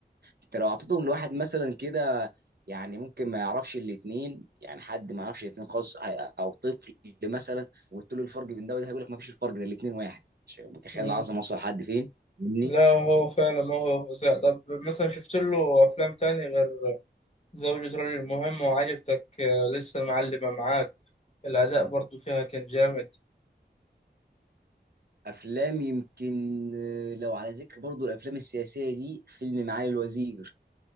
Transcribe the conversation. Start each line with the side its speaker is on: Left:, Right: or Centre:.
Right: انت لو اعطيتهم لواحد مثلا كده يعني ممكن ما يعرفش الاثنين يعني حد ما يعرفش الاثنين خالص هي- او طفل مثلا وقلت له الفرق بين ده وده هيقول لك ما فيش الفرق ده الاثنين واحد مش متخيل
Left: مم.
Right: العظمه وصل لحد فين فاهمني
Left: لا هو فعلا ما هو فظيع طب مثلا شفت له أفلام تاني غير زوجة رجل مهم وعجبتك آه، لسه معلمة معاك الأداء برضو فيها كان جامد
Right: افلام يمكن آه، لو على ذكر برضو الافلام السياسيه دي فيلم معالي الوزير